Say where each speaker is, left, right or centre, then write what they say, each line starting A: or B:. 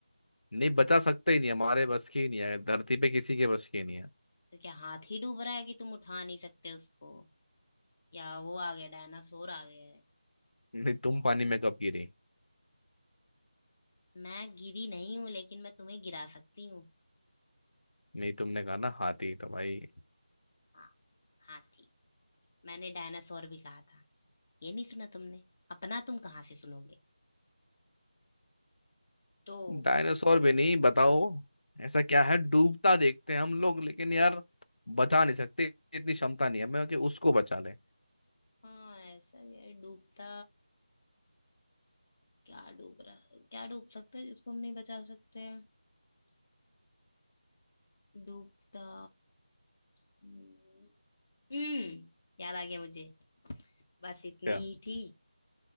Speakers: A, on the left; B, on the left.
A: नहीं बचा सकते ही नहीं हमारे बस की ही नहीं है धरती पे किसी के बस की ही नहीं है
B: तो क्या हाथ ही डूब रहा है कि तुम उठा नहीं सकते उसको या वो आ गया डायनासोर आ गया है
A: नहीं तुम पानी में कब गिरी
B: मैं गिरी नहीं हूं लेकिन मैं तुम्हें गिरा सकती हूँ
A: नहीं तुमने कहा ना हाथी तो भाई
B: हाँ हाथी मैंने डायनासोर भी कहा था ये नहीं सुना तुमने अपना तुम कहाँ से सुनोगे तो
A: डायनासोर भी नहीं बताओ ऐसा क्या है डूबता देखते हैं हम लोग लेकिन यार बचा नहीं सकते इतनी क्षमता नहीं है मैं कि उसको बचा ले
B: हाँ ऐसा ही है डूबता क्या डूब रहा क्या डूब सकता है जिसको हम नहीं बचा सकते डूबता हम्म हम्म, याद आ गया मुझे बस इतनी
A: क्या
B: ही थी